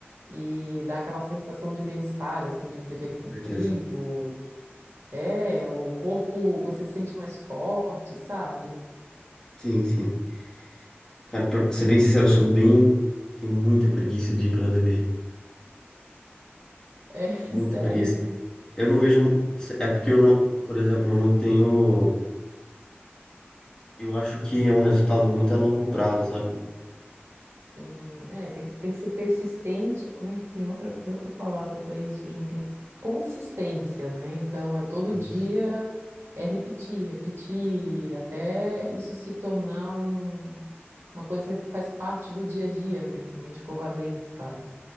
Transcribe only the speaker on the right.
e dá aquela sensação de bem-estar, assim, de dever cumprido.
É, o corpo, você se sente mais forte, sabe?
É <laughs>
sério.
Tem, é, tem que, tem que ser persistente. Como é, tem outra, tem outra palavra para isso. A gente tem que, consistência, né? Então, é todo
dia, é repetir, repetir, até isso se tornar um- uma coisa que faz parte do dia a dia, né? Que nem escovar dente, sabe?